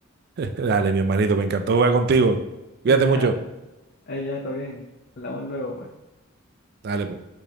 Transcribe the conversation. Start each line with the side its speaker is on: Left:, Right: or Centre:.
Right: Dale, mi hermanito, me encantó jugar contigo.
Left: <laughs>
Right: Cuídate
Left: Ya,
Right: mucho.
Left: eh, ya, todo bien. Hablamos luego, pues.
Right: Dale, pues.